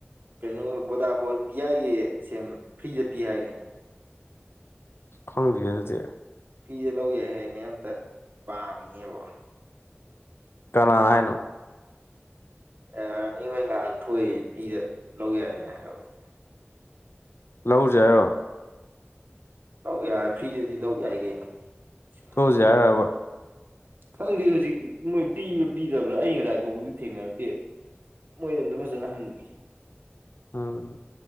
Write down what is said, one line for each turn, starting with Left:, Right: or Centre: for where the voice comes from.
Right: ꯀꯩꯅꯣ ꯕꯣꯗꯥꯐꯣꯟ ꯚ ꯑꯥꯏꯒꯤ ꯁꯦꯝ ꯐ꯭ꯔꯤꯗ ꯄꯤ ꯍꯥꯏꯅꯦ
Left: ꯈꯪꯗꯤꯌꯦ ꯑꯗꯨꯗꯤ
Right: ꯐ꯭ꯔꯤꯗ ꯂꯧ ꯌꯥꯏ ꯍꯥꯏꯅꯦ ꯑꯝꯇ ꯄꯥꯝꯃꯤꯅꯦꯕꯣ
Left: ꯀꯅꯥꯅ ꯍꯥꯏꯅꯣ
Right: <unintelligible> ꯉꯥꯟꯊꯣꯏ ꯐ꯭ꯔꯤꯗ ꯂꯧ ꯌꯥꯏꯅ ꯍꯥꯏꯌꯧꯏꯗ
Left: ꯂꯧꯖꯦ ꯍꯥꯏꯔꯣ
Right: ꯂꯧ ꯌꯥꯏ ꯐ꯭ꯔꯤꯗꯗꯤ ꯂꯧ ꯌꯥꯏ ꯀꯩꯅꯣ <unintelligible>
Left: ꯊꯣꯛꯎꯁꯦ ꯍꯥꯏꯔꯕ
Right: ꯈꯪꯗꯦ ꯍꯧꯖꯤꯛꯤ ꯃꯣꯏ ꯄꯤꯔꯥ ꯄꯤꯗꯕ꯭ꯔꯥ ꯑꯩ ꯉꯁꯥꯏ ꯇꯧꯕꯗꯤ ꯊꯦꯡꯅꯔꯛꯇꯦ ꯃꯣꯏꯗ ꯑꯝꯇ ꯐꯖꯅ ꯍꯪꯒꯦ
Left: ꯎꯝ